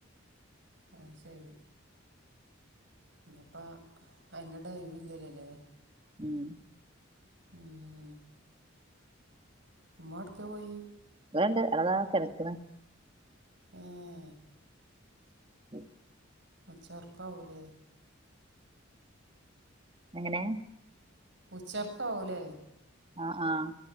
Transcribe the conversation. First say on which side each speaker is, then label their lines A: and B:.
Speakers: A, on the right; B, on the right.
A: അത് ശരി ഇനിപ്പ അയിന്റെ ഡൈവ് ഇല്ലല്ലോ ല്ലേ
B: ഉം
A: ഉം ഉമ്മെവിടെക്കാ പോയി
B: ഇവിടണ്ട് അതാ കിടക്ക്‌ണ്
A: ഏഹ്
B: <inaudible>
A: ഉച്ച ഉറക്കവുല്ലേ
B: എങ്ങനെ
A: ഉച്ചോർക്കാവുലേ
B: ആഹ് ആഹ്